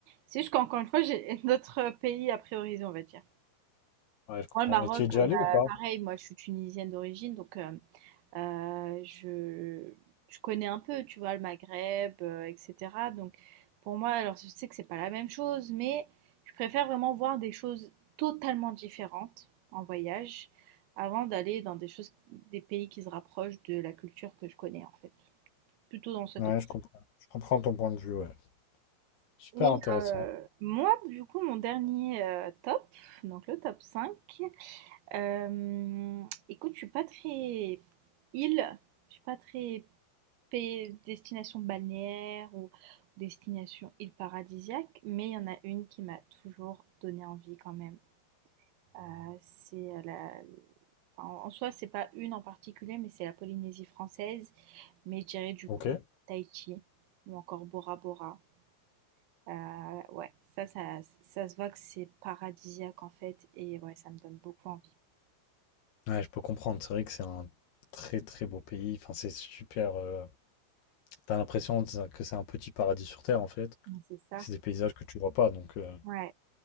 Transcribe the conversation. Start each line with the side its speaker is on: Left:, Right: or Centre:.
Right: C'est juste qu'encore une fois, j'ai <laughs> d'autres pays à prioriser, on va dire.
Left: Ouais, je comprends.
Right: Moi, le Maroc,
Left: Et tu es déjà
Right: heu, bah,
Left: allé ou pas?
Right: pareil, moi, je suis tunisienne d'origine, donc hem, heu, je je connais un peu, tu vois? Le Maghreb, heu, et cetera, donc pour moi, alors je sais que c'est pas la même chose, mais je préfère vraiment voir des choses totalement différentes en voyage avant d'aller dans des choses des pays qui se rapprochent de la culture que je connais, en fait. Plutôt dans cette
Left: Ouais,
Right: option
Left: je comprends. Je comprends ton point de vue, ouais. Super
Right: et
Left: intéressant.
Right: heu, moi, du coup, mon dernier, heu, top, donc le top cinq Hem, écoute, je suis pas très île, je suis pas très pays- destination balnéaire ou destination île paradisiaque, mais il y en a une qui m'a toujours donné envie quand même. Euh, C'est euh, la... enfin, en en soi, c'est pas une en particulier, mais c'est la Polynésie française, mais je dirais du
Left: Ok.
Right: coup Tahiti ou encore Bora Bora. Euh, ouais, ça, ça, ça se voit que c'est paradisiaque en fait, et ouais, ça me donne beaucoup envie.
Left: Ouais, je peux comprendre. C'est vrai que c'est un très très beau pays. Enfin, c'est super. euh, T'as l'impression de que c'est un petit paradis sur terre en fait.
Right: Mais c'est ça.
Left: Et c'est des paysages que tu vois pas. Donc, euh,
Right: Ouais,